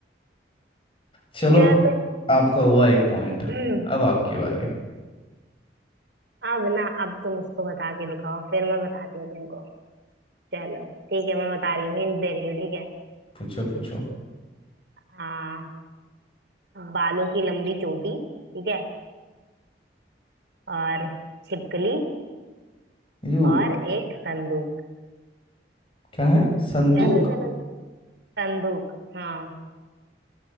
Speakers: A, on the left (about 30°); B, on the right (about 70°).
A: चलो
B: चलो
A: आपका हुआ एक पॉइंट
B: <clears throat>
A: अब आपकी बारी
B: अब ना अब तुम इसको बता के दिखाओ फिर मैं बताती हूँ तुमको चलो ठीक है मैं बता रही हूँ हिंट दे रही हूँ ठीक है
A: पूछो पूछो
B: आ, बालों की लंबी चोटी ठीक है और छिपकली
A: यू
B: और एक संदूक
A: क्या है संदूक
B: चलो चलो संदूक हाँ